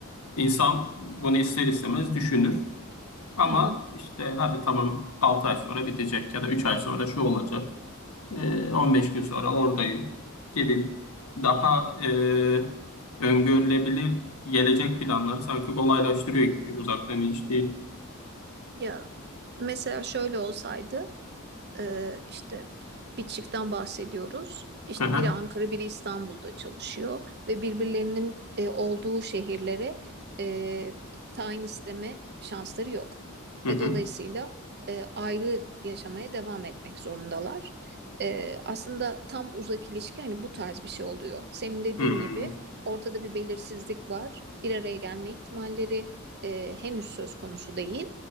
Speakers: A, on the left; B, on the right.
A: İnsan bunu ister istemez düşünür. Ama
B: Hı hı.
A: işte hadi tamam 6 ay sonra bitecek ya da 3 ay sonra şu olacak. E, 15 gün sonra oradayım gibi daha e, öngörülebilir gelecek planları sanki kolaylaştırıyor gibi uzaktan ilişki.
B: Ya mesela şöyle olsaydı e, işte bir çiftten bahsediyoruz. İşte
A: Hı hı,
B: biri Ankara, biri İstanbul'da çalışıyor ve birbirlerinin e, olduğu şehirlere e, tayin isteme şansları yok.
A: hı
B: Ve
A: hı,
B: dolayısıyla e, ayrı yaşamaya devam etmek zorundalar. E, aslında tam uzak ilişki hani bu tarz bir şey oluyor. Senin dediğin
A: hı hı,
B: gibi ortada bir belirsizlik var. Bir araya gelme ihtimalleri e, henüz söz konusu değil.